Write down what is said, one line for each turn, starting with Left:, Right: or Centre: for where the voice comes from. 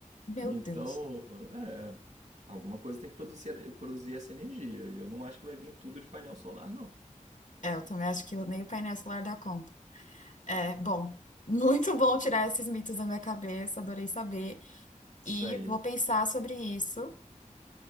Left: Meu
Right: Então,
Left: Deus.
Right: é, alguma coisa tem que produzir, produzir essa energia. E eu não acho que vai vir tudo de painel solar, não.
Left: É, eu também acho que nem o painel solar dá conta. É, bom, <laughs> muito bom tirar esses mitos da minha cabeça, adorei saber.
Right: <laughs> isso
Left: E
Right: aí.
Left: vou pensar sobre isso,